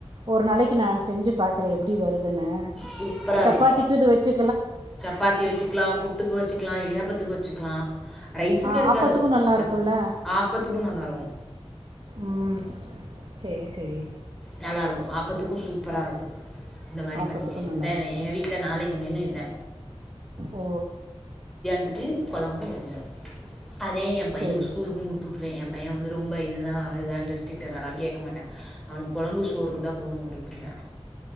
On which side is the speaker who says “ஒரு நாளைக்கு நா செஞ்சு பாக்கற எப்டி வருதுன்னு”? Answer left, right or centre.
Right